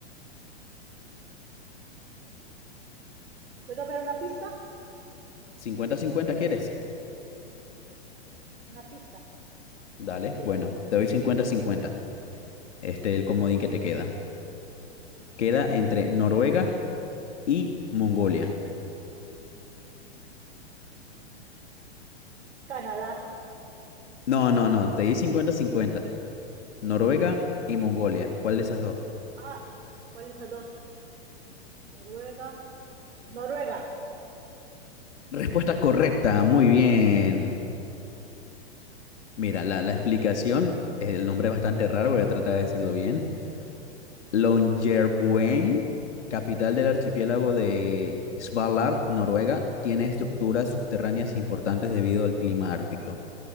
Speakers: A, on the right; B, on the left.
A: <laughs> ¿Puedo ver una pista?
B: Cincuenta-cincuenta, quieres.
A: Una pista.
B: Dale.
A: Sí,
B: Bueno, te doy cincuenta-cincuenta. Este es el comodín que te queda. Queda entre Noruega y Mongolia.
A: Canadá.
B: No, no, no. Te di cincuenta-cincuenta. Noruega y Mongolia. ¿Cuál de esas dos?
A: Ah, ¿cuál de esas dos? Noruega. Noruega.
B: Respuesta correcta. Muy bien. Mira, la, la explicación, el nombre es bastante raro, voy a tratar de decirlo bien. Longyearbyen, capital del archipiélago de Svalbard, Noruega, tiene estructuras subterráneas importantes debido al clima ártico.